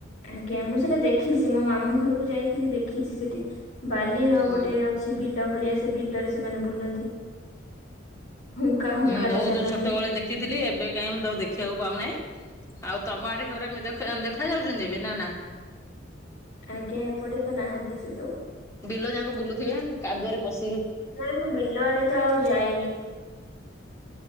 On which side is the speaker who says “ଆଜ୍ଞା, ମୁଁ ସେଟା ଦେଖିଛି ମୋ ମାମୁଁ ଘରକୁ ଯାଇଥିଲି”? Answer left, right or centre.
Left